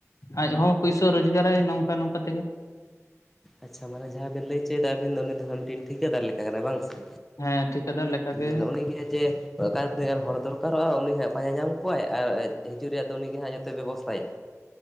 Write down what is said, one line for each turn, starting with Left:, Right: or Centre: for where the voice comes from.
Left: ᱟᱡ ᱦᱚᱸ ᱯᱩᱭᱥ ᱥᱚ ᱨᱳᱡᱜᱟᱨᱟᱭ ᱱᱚᱝᱠᱟ ᱱᱚᱝᱠᱟ ᱛᱮᱜᱮ᱾
Centre: ᱟᱪᱪᱷᱟ ᱢᱟᱱᱮ ᱡᱟᱦᱟᱸᱭ ᱵᱤᱱ ᱞᱟᱹᱭᱪᱚᱭᱮᱫᱟ ᱟᱹᱵᱤᱱ ᱫᱚ ᱩᱱᱤ ᱫᱚ ᱦᱟᱸᱜ ᱢᱤᱫᱴᱤᱱ ᱴᱷᱤᱠᱟᱹᱫᱟᱨ ᱞᱮᱠᱟ ᱠᱟᱱᱟᱭ ᱵᱟᱝ ᱥᱮ?
Left: ᱦᱮᱸ ᱴᱷᱤᱠᱟᱹᱫᱟᱨ ᱞᱮᱠᱟᱜᱮ
Centre: ᱢᱟᱱᱮ ᱩᱱᱤᱜᱮ ᱡᱮ ᱚᱠᱟ ᱨᱮ ᱛᱤᱱᱟᱹᱜ ᱜᱟᱱ ᱦᱚᱲ ᱫᱚ ᱫᱨᱠᱟᱨᱚᱜᱼᱟ ᱩᱱᱤ ᱦᱟᱸᱜ ᱯᱟᱡᱟ ᱧᱟᱢ ᱠᱚᱣᱟᱭ ᱟᱨ ᱦᱤᱡᱩᱜ ᱨᱮᱭᱟᱜ ᱫᱚ ᱩᱱᱤ ᱜᱮ ᱦᱟᱸᱜ ᱡᱚᱛᱚᱭ ᱵᱮᱵᱚᱥᱛᱷᱟᱭᱟ?